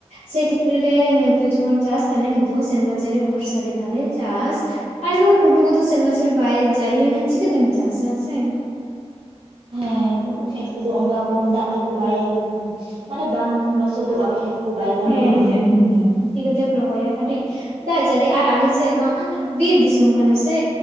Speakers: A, on the right; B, on the right.
A: ᱥᱮ ᱠᱷᱮᱛᱨᱚᱨᱮ ᱱᱤᱛᱚᱜ ᱡᱮᱢᱚᱱ ᱪᱟᱥ ᱫᱟᱞᱮ ᱱᱤᱛᱚᱜ ᱦᱚᱸ ᱥᱮᱨᱢᱟ ᱡᱟᱹᱲᱤ ᱵᱷᱚᱨᱥᱟ ᱜᱮ ᱛᱟᱞᱮ ᱪᱟᱥ ᱟᱨ ᱡᱮᱢᱚᱱ ᱜᱷᱩᱴᱩ ᱠᱚᱫᱚ ᱥᱮᱨᱢᱟ ᱡᱟᱹᱲᱤ ᱵᱟᱭ ᱡᱟᱹᱲᱤ ᱞᱮᱠᱷᱟᱱ ᱪᱤᱠᱟᱹᱛᱮᱢ ᱪᱟᱥᱟ ᱥᱮ,
B: ᱦᱟᱸ ᱜᱷᱩᱴᱩ ᱠᱷᱮᱛ ᱠᱚᱫᱚ ᱚᱝᱠᱟ ᱠᱚᱢ ᱫᱟᱜᱽ ᱛᱮᱫᱚ ᱵᱟᱭ ᱞᱟᱹ ᱩᱸ ᱢᱟᱱᱮ ᱵᱟᱝ ᱞᱚᱥᱚᱫᱚᱜᱼᱟ ᱠᱷᱮᱛ ᱠᱚ ᱵᱟᱭ ᱫᱟᱜᱚᱜᱼᱟ
A: ᱦᱮᱸ ᱦᱮᱸ ᱦᱮᱸ ᱪᱤᱠᱟᱹᱛᱮᱢ ᱨᱚᱦᱚᱭᱟ ᱠᱟᱹᱴᱤᱜ ᱫᱟᱜᱽ ᱡᱟᱹᱨᱤ ᱟᱨ ᱟᱞᱮ ᱥᱮᱜ ᱢᱟ ᱵᱤᱨ ᱫᱤᱥᱚᱢ ᱠᱟᱱᱟ ᱥᱮ